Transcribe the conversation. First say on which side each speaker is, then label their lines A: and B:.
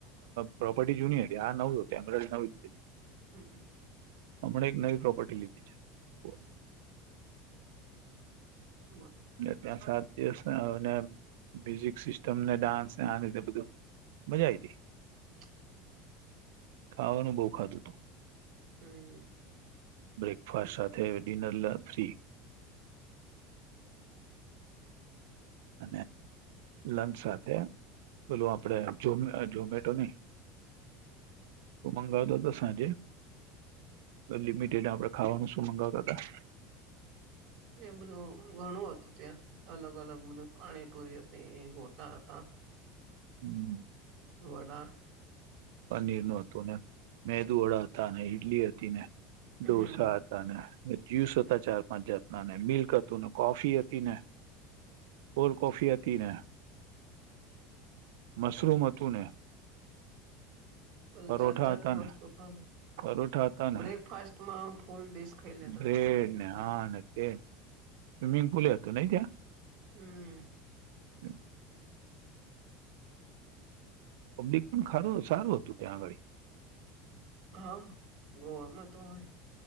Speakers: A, on the right (about 90°); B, on the right (about 60°).
A: પ્રોપર્ટી જૂની હતી આ નવું હત આંગ્રે નવી -
B: હમ હમ.
A: હમણા એક નવી પ્રોપર્ટી લીધી છે
B: બરો
A: એટલે ત્યા સાદ એ મ્યુઝિક સિસ્ટમ ને ડાન્સને આ રીતે બધું મજા આવીટી
B: <unintelligible>
A: ખાવાનું બહુ ખાધું હતું.
B: હમ
A: બ્રેકફાસ્ટ સાથે ડિનર ફ્રી. અ લંચ સાથે બેલું આપણે ઝોમેટો નને તો મંગાાવ દ તો સાજે લિમિટેડ આપણે ખાવાનું શું મંગાવતા હતા
B: એ બધું ઘણું હતું ત્યાં અલગ અલગ બધું પાણી પૂરી ગતા હતા
A: હમ
B: હવાડા
A: પનીર નું હતું ને મેદુ વડા હતા અનેને ઈડલી હતી ને ડઢોસા
B: હમ
A: હતા ને જ્યુસ હતા ચાર પાંચ જાતના ને મિલ્ક હતું ને કોફી હતી ને કોલડ કફીિયા તન હ મશરૂમ હતું ને
B: પલ
A: પરોઠા
B: જાત જાત
A: હતા
B: ની
A: ને
B: વસ્તુ ખા
A: પરોઠા હતા ને
B: બ્રેકફાસ્ટમાં ફૂલ ડીશ ખાઈ લેતા
A: બ્રેડ
B: હતા પછી
A: ને આ ને તે સ્વિમિંગ પુલ એતોું નહ ત્યા
B: હમ
A: હમ પબ્લિક પણ ખારું સારું હતું ત્યાં આગળ
B: હા ગોવામાં તો હોય